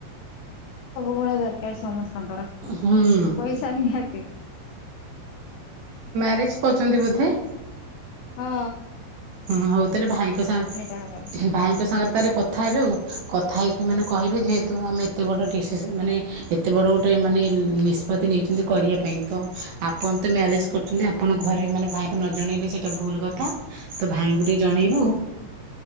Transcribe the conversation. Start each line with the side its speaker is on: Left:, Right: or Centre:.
Left: ପଇସା ଦରକାର ସମସ୍ତଙ୍କର
Right: ହୁଁ
Left: ପଇସା ନିହାତି
Right: କିଛି କହୁଛନ୍ତି ବୋଧେ?
Left: ହୁଁ।
Right: ହୁଁ ହଉ ତାହେଲେ ଭାଇଙ୍କ ସାଙ୍ଗ
Left: ବାହାଘର
Right: ଭାଇଙ୍କ ସାଙ୍ଗରେ ତାଲେ କଥା ହେବେ ଆଉ କଥା ହେଇକି ମାନେ
Left: ଆଜ୍ଞା।
Right: କହିବେ ଯେହେତୁ ଆମେ ଏତେ ବଡ ମାନେ ଏତେ ବଡ଼ ଗୋଟେ ମାନେ ନିଷ୍ପତ୍ତି ନେଇଛନ୍ତି କରିବା ପାଇଁ ତ ଆପଣ ତ ମ୍ୟାରେଜ କରୁଛନ୍ତି ଆପଣଙ୍କ ଘରେ ମାନେ ଭାଇଙ୍କୁ ନ ଜଣେଇଲେ ସେଇଟା ଭୁଲ କଥା ତ ଭାଇଙ୍କୁ ଟିକେ ଜଣେଇବ